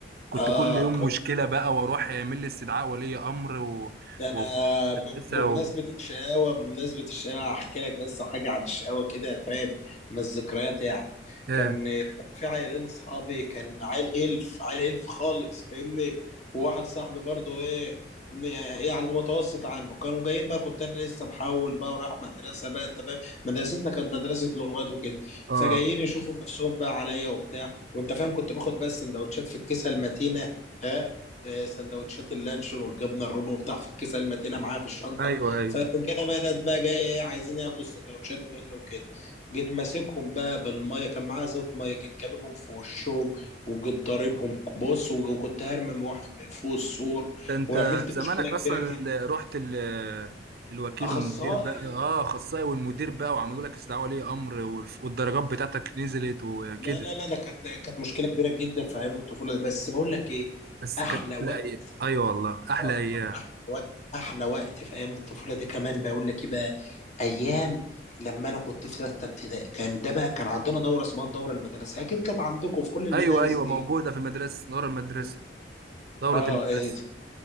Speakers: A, on the right; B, on the left.
A: كنت
B: اه
A: كل يوم مشكلة بقى وأروح يعمل لي استدعاء ولي أمر و...
B: ده انا ب-
A: ومدرسة
B: بمناسبه
A: و...
B: الشقاوه بمناسبه الشقاوه هحكي لك بس حاجه عن الشقاوه كده فاهم من الذكريات يعني
A: إيه
B: كان كان في عيالين اصحابي كان عيل هلف عيل هلف خالص فاهمني وواحد صاحبي برضه ايه ن- يعني متوسط عنه كانوا جايين بقى كنت انا لسه محول بقى ورايح مدرسه بقى انت فاهم مدرستنا كانت مدرسه لغات وكده
A: آه
B: فجايين يشوفوا نفسهم بقى عليا وبتاع وانت فاهم كنت باخد بقى السندوتشات في الكيسه المتينه ها آه، سندوتشات اللانشون والجبنه الرومي وبتاع في الكيسه المتينه معاها في الشنطه
A: أيوه أيوه
B: فالرجاله بدات بقى جايه ايه عايزين ياخدوا السندوتشات منه وكده جيت ماسكهم بقى بالميه كان معايا زيت ميه جيت كاببهم في وشهم وجيت ضاربهم بص وج- وكنت هرمم واحد من فوق السور
A: ده أنت
B: وعملت
A: زمانك
B: مشكله كبيره
A: أصلا
B: جدا
A: اللي رحت ال... الوكيل
B: اخصائي
A: والمدير بقى اه اخصائي والمدير بقى وعملوا لك استدعاء ولي امر والف- والدرجات بتاعتك نزلت وكده
B: لا لا لا ده كانت كانت مشكله كبيره جدا في ايام الطفوله بس بقول لك ايه
A: بس
B: احلى
A: كانت احلى
B: وقت
A: ايام ايوه والله احلى
B: آه،
A: ايام
B: احلى وقت احلى وقت في ايام الطفوله دي كمان بقول لك إيه بقى ايام لما انا كنت في سته ابتدائي كان ده بقى كان عندنا دوره اسمها الدوره المدرسيه اكيد كانت عندكم في كل المدارس
A: ايوه ايوه
B: دي
A: موجوده في المدرسه دوره المدرسه
B: م.
A: دوره
B: اه
A: المدرسه
B: إيه،